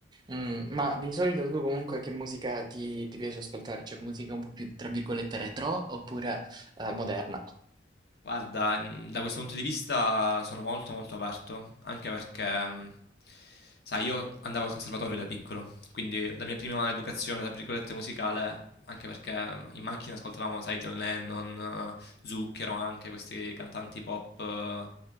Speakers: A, on the right; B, on the left.
A: Mm, ma di solito tu comunque che musica ti, ti piace ascoltare? Cioè, musica un po' più, tra virgolette, retro oppure eh, moderna?
B: Guarda, mhmm, da questo punto di vista sono molto, molto aperto, anche perché, mhmm, sai io andavo al conservatorio da piccolo, quindi la mia prima "educazione" tra virgolette musicale, anche perché mm, in macchina ascoltavamo, sai, John Lennon, eh, Zucchero anche, questi cantanti pop eh,